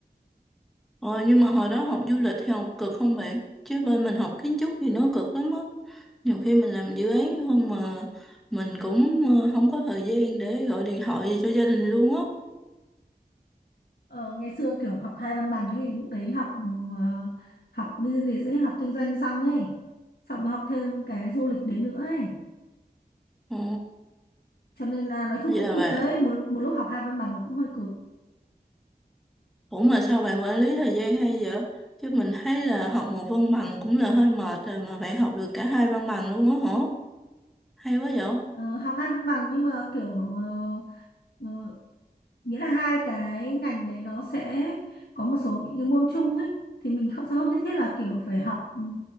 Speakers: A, in the centre; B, on the left.
A: Ờ, nhưng mà hồi đó học du lịch thì học cực không bạn? Chứ bên mình học kiến trúc thì nó cực lắm á. Nhiều khi mình làm dự án không mà mình cũng ờ, không có thời gian để gọi điện thoại gì cho gia đình luôn á.
B: Ờ, ngày xưa kiểu học hai văn bằng ấy lúc đấy học ừ, ờ, học business ấy học kinh doanh xong ấy xong mới học thêm cái du lịch đấy nữa ấy
A: Ờ,
B: cho nên là nói chung
A: vậy
B: cũng
A: là
B: cực
A: bạn.
B: đấy một một lúc học hai văn bằng là cũng hơi cực
A: Ủa mà sao bạn quản lý thời gian hay vậy? Chứ mình thấy là học một văn bằng cũng là hơi mệt rồi mà bạn học được cả hai văn bằng luôn á hả? Hay quá vậy?
B: Ờ, học hai văn bằng nhưng mà kiểu ờ, ờ, nghĩa là hai cái ngành đấy nó sẽ có một số những cái môn chung ấy thì mình không sao không nhất thiết là kiểu phải học ừm,